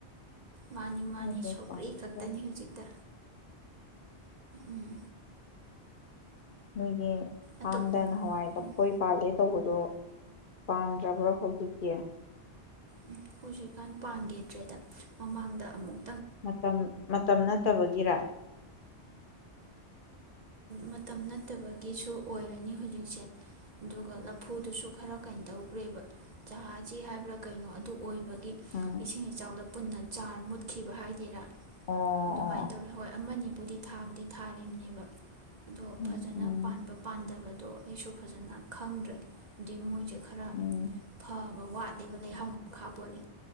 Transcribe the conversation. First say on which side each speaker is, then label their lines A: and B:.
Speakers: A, on the right; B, on the left.
A: ꯃꯥꯅꯤ ꯃꯥꯅꯤ
B: ꯑꯗꯨ
A: ꯁꯧꯀꯔꯤ
B: ꯀꯥꯡꯁꯣꯏ
A: ꯈꯛꯇꯅꯤ ꯍꯧꯖꯤꯛꯇ ꯎꯝ
B: ꯅꯣꯒꯤ
A: ꯑꯇꯣꯞ
B: ꯐꯥꯝꯗ ꯅ ꯍꯋꯥꯏ ꯂꯐꯣꯏ
A: ꯎꯝ
B: ꯄꯥꯜꯂꯦ ꯇꯧꯕꯗꯣ ꯄꯥꯟꯗꯔꯕꯔꯣ ꯍꯧꯖꯤꯛꯇꯤ
A: ꯎꯝ ꯍꯧꯖꯤꯛꯀꯥꯟ ꯄꯥꯟꯒꯤꯗ꯭ꯔꯦꯗ ꯃꯃꯥꯡꯗ ꯑꯃꯨꯛ
B: ꯃꯇꯝ ꯃꯇꯝ ꯅꯠꯇꯕꯒꯤꯔ
A: ꯃꯇꯝ ꯅꯠꯇꯕꯒꯤꯖꯨ ꯑꯣꯏꯔꯅꯤ ꯍꯧꯖꯤꯛꯁꯦ ꯑꯗꯨꯒ ꯂꯐꯨꯗꯨꯁꯨ ꯈꯔ ꯀꯩꯟ ꯇꯧꯒꯔꯦꯕ ꯖꯍꯥꯖꯤ ꯍꯥꯏꯕ꯭ꯔꯥ ꯀꯩꯅꯣ ꯑꯗꯨ ꯑꯣꯏꯕ
B: ꯎꯝ
A: ꯏꯁꯤꯡ ꯏꯆꯥꯎꯗ ꯄꯨꯟꯅ ꯆꯥꯔ ꯃꯨꯠꯈꯤꯕ ꯍꯥꯏꯗꯦꯔꯥ
B: ꯑꯣ
A: ꯑꯗꯨꯃꯥꯏꯅ
B: ꯑꯣ
A: ꯇꯧꯔꯦ ꯍꯣꯏ ꯑꯃꯅꯤ ꯕꯨꯗꯤ ꯊꯥꯕꯨꯗꯤ ꯊꯥꯔꯤꯕꯅꯦꯕ ꯑ ꯑꯗꯣ
B: ꯎꯝ
A: ꯐꯖꯅ
B: ꯎꯝ
A: ꯄꯥꯟꯕ ꯄꯥꯟꯗꯕꯗ ꯑꯗꯣ ꯑꯩꯁꯨ ꯐꯖꯅ ꯈꯪꯗ꯭ꯔꯦ ꯗꯤ ꯃꯣꯏꯖ ꯈꯔ
B: ꯎꯝ
A: ꯐꯥ ꯋꯥꯠꯂꯦꯕ ꯂꯩꯍꯥꯎꯅ ꯈꯥꯄꯣꯠꯂꯤ